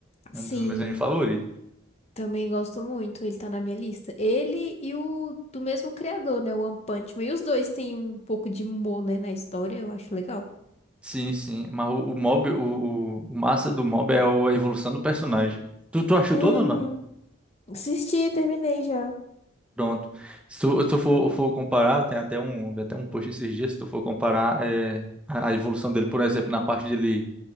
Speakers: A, in the centre; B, on the left.
A: É
B: Sim,
A: um dos meus animes favoritos.
B: Também gosto muito, ele tá na minha lista. Ele e o do mesmo criador, né? O One Punch Man. E os dois têm um pouco de humor, né, na história, eu acho legal.
A: Sim, sim. Mas o, o Mob, o, o, o massa do Mob é o- a evolução do personagem. Tu, tu achou
B: Uhum.
A: todo ou não?
B: Assisti, terminei já.
A: Pronto. Se tu, se tu for, for comparar, tem até um, vi até um post esses dias, se tu for comparar é, a, a evolução dele, por exemplo, na parte dele